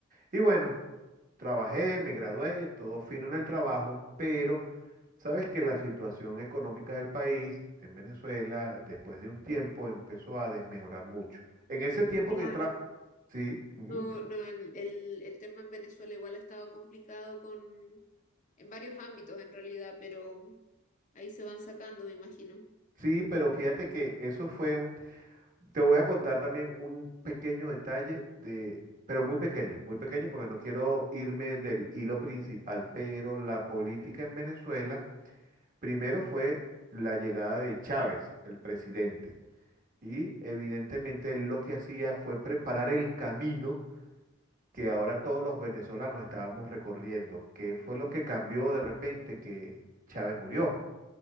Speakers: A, on the right; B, on the left.
A: Y bueno, trabajé, me gradué, todo fino en el trabajo, pero sabes que la situación económica del país en Venezuela, después de un tiempo, empezó a desmejorar mucho. En ese tiempo
B: Claro,
A: que yo tra... Sí, ujú,
B: no, no, el, el- el tema en Venezuela igual ha estado complicado con, en varios ámbitos en realidad, pero ahí se van sacando, me imagino.
A: sí, pero fíjate que eso fue un... Te voy a contar también un pequeño detalle de... Pero muy pequeño, muy pequeño porque no quiero irme del hilo principal, pero la política en Venezuela, primero fue la llegada de Chávez, el presidente. Y evidentemente él lo que hacía fue preparar el camino que ahora todos los venezolanos estábamos recorriendo. ¿Qué fue lo que cambió de repente que Chávez murió?